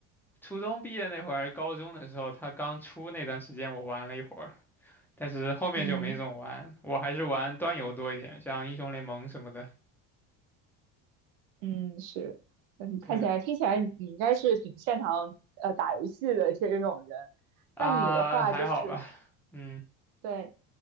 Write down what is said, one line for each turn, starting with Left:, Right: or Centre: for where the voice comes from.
Centre: 初中毕业那会儿还是高中的时候，它刚出那段时间我玩了一会儿，但是后面就没怎么玩，
Right: 嗯
Centre: 我还是玩端游多一点，像英雄联盟什么的。
Right: 嗯，是，嗯，
Centre: 对
Right: 看起来听起来你应该是挺擅长呃打游戏的这种人，
Centre: 啊，
Right: 那你的话就是
Centre: 还好吧。嗯，
Right: 对。